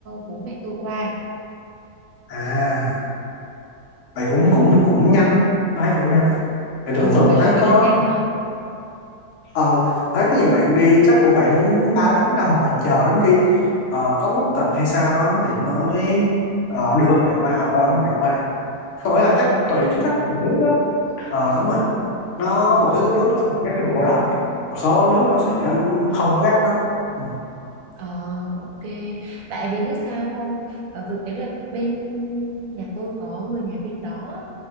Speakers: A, on the right; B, on the left.
A: bố mẹ tôi qua
B: à vậy cũng cũng cũng nhanh tôi thấy cũng nhanh thì
A: ờ,
B: thường thường
A: vậy là
B: thấy
A: vậy
B: có
A: là nhanh hả
B: ờ thấy có nhiều bạn đi chắc cũng phải ba bốn năm hoặc là chờ đến khi ờ, có quốc tịch hay sao đó thì mới ờ, đưa ba mẹ qua hoặc có ảnh ba mẹ qua tôi là
A: à,
B: chắc tùy chính sách của nước đó Ờ đúng rồi nó
A: ờ.
B: một số nước nó sẽ còn gắt khi vùng bảo lãnh một số nước nó sẽ không có gắt lắm ừ.
A: Ờ ok tại vì biết sao không Ờ, thực tế là bên nhà tôi có người nhà bên đó